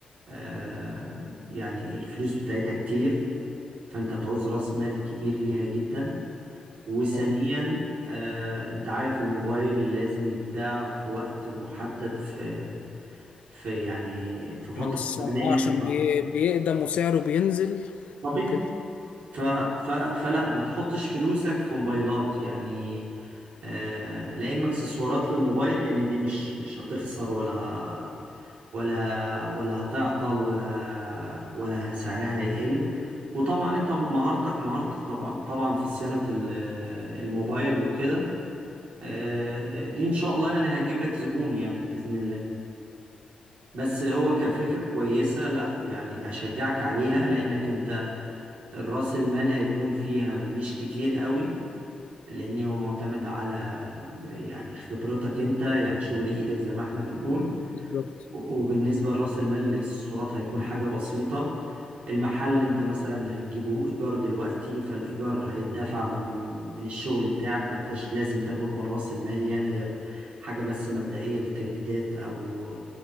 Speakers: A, on the right; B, on the left.
A: اه، يعني الفلوس بتاعتها كتير فانت هتعوز راس مال كبير ليها جدا وثانيا
B: اه
A: آه، انت عارف الموبايل لازم يتباع في وقت محدد في في يعني في فترة
B: من السماء
A: زمنية
B: اه عشان بي... بيقدم وسعره بينزل
A: طبيعي
B: وكده
A: ف
B: مم.
A: ف فلا ما تحطش فلوسك في موبايلات يعني آه، لا اما اكسسوارات للموبايل لان دي مش مش هتخسر ولا ولا ولا هتعطل ولا ولا سعرها هيقل وطبعا انت مهارتك مهارتك طبعا طبعا في صيانة ال- الموبايل وكده آه، دي ان شاء الله يعني هتجيب لك زبون يعني باذن الله بس هو كفكره كويسه لا يعني اشجعك عليها لانك انت راس المال هيكون فيها مش كتير قوي لان هو معتمد على آه، يعني خبرتك انت يعني شغل ايدك زي ما احنا بنقول
B: بالظبط
A: وبالنسبة لرأس المال اللي الاكسسوارات هيكون حاجة بسيطة المحل انت مثلا هتجيبه ايجار دلوقتي فالايجار هيتدفع من من الشغل بتاعك ما انتش لازم تاخد من رأس المال يعني غير حاجة بس مبدئية للتجديدات او